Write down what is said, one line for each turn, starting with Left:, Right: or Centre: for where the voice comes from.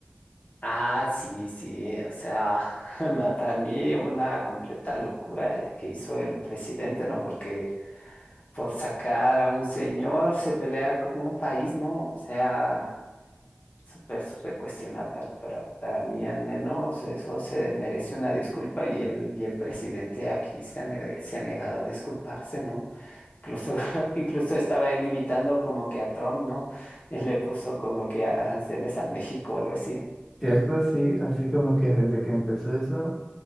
Left: Ah, sí, sí, o sea, <laughs> ma- para mí una completa locura eh, que hizo el presidente, ¿no? Porque por sacar a un señor se pelea con un país, ¿no? O sea... súper, súper cuestionable. a- Para, para mí al menos eso se merece una disculpa y el, y el presidente aquí se ha, ne- se ha negado a disculparse, ¿no? Incluso, <laughs> incluso estaba él imitando como que a Trump, ¿no? Él le puso como que aranceles a México o algo así.
Centre: ¿Cierto? Sí, así como que desde que empezó eso,